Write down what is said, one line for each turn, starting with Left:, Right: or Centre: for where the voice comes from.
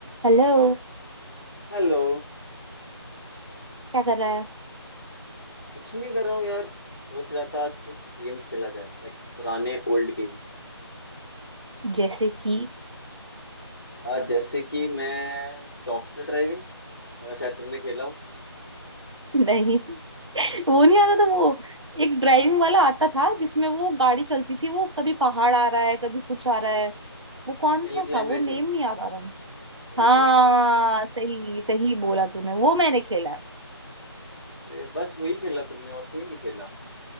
Right: Hello
Left: हेलो
Right: क्या कर रहा है
Left: कुछ नहीं कर रहा हूँ यार सोच रहा था आज कुछ गेम्स खेला जाए लाइक पुराने ओल्ड गेम्स
Right: जैसे कि
Left: आज जैसे कि मैं डॉक्टर ड्राइविंग अगर शायद तुमने खेला हो
Right: नहीं <laughs> वो नहीं आता था वो एक ड्राइविंग वाला आता था जिसमें वो गाड़ी चलती थी वो कभी पहाड़ आ रहा है कभी कुछ आ रहा है वो कौन
Left: Hill
Right: था
Left: climb
Right: था वो
Left: racing
Right: नेम नहीं याद आ रहा
Left: Hill
Right: हाँ
Left: climb racing
Right: सही सही बोला तूने वो मैंने खेला है।
Left: अरे बस वही खेला तुमने और कोई नहीं खेला